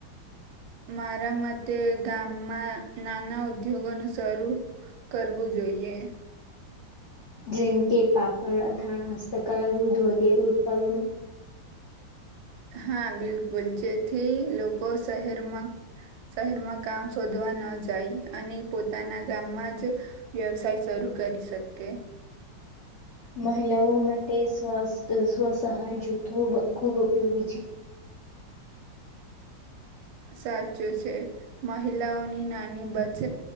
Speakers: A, on the right; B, on the left.
A: મારા માતે ગામમાં નાના ઉદ્યોગોનું શરૂ કરવું જોઈએ.
B: જેમ કે પાપડ અથાણા હસ્તકલા દૂધ વગેરે ઉત્પાદનો.
A: હા બિલકુલ જેથી લોકો શહેરમાં શહેરમાં કામ શોધવા ન જાય અને પોતાના ગામમાં જ વ્યવસાય શરૂ કરી શકે.
B: મહિલાઓ માટે સ્વસ સ્વસહાય જૂથો ખૂબ ઉપયોગી છે.
A: સાચું છે મહિલાઓની નાની બચત